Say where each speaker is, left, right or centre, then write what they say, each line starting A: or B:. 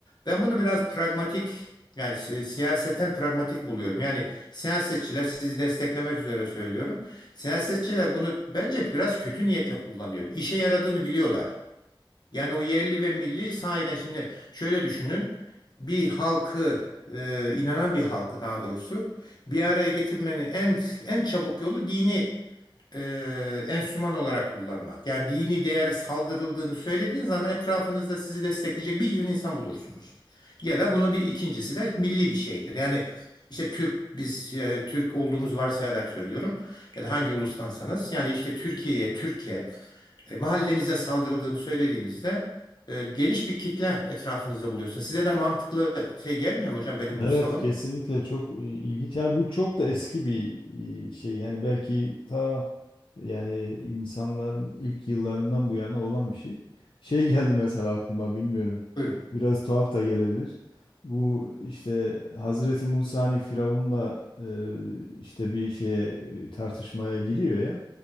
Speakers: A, on the left; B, on the left.
A: Ben bunu biraz pragmatik yani si- siyaseten pragmatik buluyorum. Yani siyasetçiler sizi desteklemek üzere söylüyorum. Siyasetçiler bunu bence biraz kötü niyetle kullanıyor. İşe yaradığını biliyorlar. Yani o yerli ve milli sahiden şimdi şöyle düşünün. Bir halkı e, inanan bir halkı daha doğrusu bir araya getirmenin en en çabuk yolu dini e, enstrüman olarak kullanmak. Yani dini değere saldırıldığını söylediğiniz zaman etrafınızda sizi destekleyecek bir yığın insan bulursunuz. Ya da bunun bir ikincisi de milli bir şeydir. Yani işte Türk biz e, Türk olduğumuzu varsayarak söylüyorum ya da hangi ulustansanız yani işte Türkiye'ye, Türkiye e, mahallenize saldırıldığını söylediğinizde e, geniş bir kitle etrafınızda buluyorsunuz. Size de mantıklı şey gelmiyor mu hocam benim
B: Evet
A: bu savım?
B: kesinlikle çok e, ilginç. Yani bu çok da eski bir e, şey. Yani belki ta yani insanların ilk yıllarından bu yana olan bir şey. Şey geldi mesela aklıma bilmiyorum.
A: Buyurun.
B: Biraz tuhaf da gelebilir. Bu işte Hazreti Musa hani Firavun'la e, işte bir şeye e, tartışmaya giriyor ya.